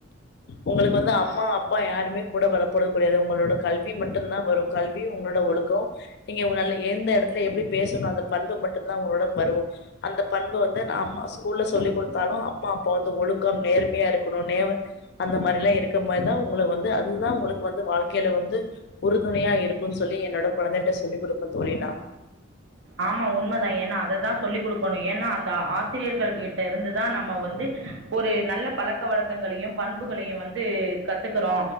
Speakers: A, on the left; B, on the right.
A: உங்களுக்கு வந்து அம்மா அப்பா யாருமே கூட வரப்போறதுகெடியாது உங்களோட கல்வி மட்டுந்தா வரு கல்வி உங்களோட ஒழுக்கம் நீங்க நல்ல எந்த எடத்துல எப்டி பேசணு அந்த பண்பு மட்டுந்தா உங்களோட வரு அந்த பண் ப வந்து நா அம்மா ஸ்கூல்ல சொல்லிக் குடுத்தாலு அம்மா அப்பா வந்து ஒழுக்கம் நேர்மையா இருக்கணு நே அந்த மாரிலா இருக்க மாரிதா உங்கள வந்து அதுதா உங்களுக்கு வந்து வாழ்க்கைல வந்து உறுதுணையா இருக்குன் சொல்லி என்னோட கொழந்தைகள்ட சொல்லிக் குடுப்பன் தோழி நா
B: ஆமா உண்மதா ஏனா அத தா சொல்லி் குடுக்கணு ஏன்னா அந் த ஆசிரியர்கள்கிட்ட இருந்து தா நம் ம வந்து ஒரு நல்ல பழக்க வழக்கங்களையும் பண்புகளையு வந்து கத்துக்குறோ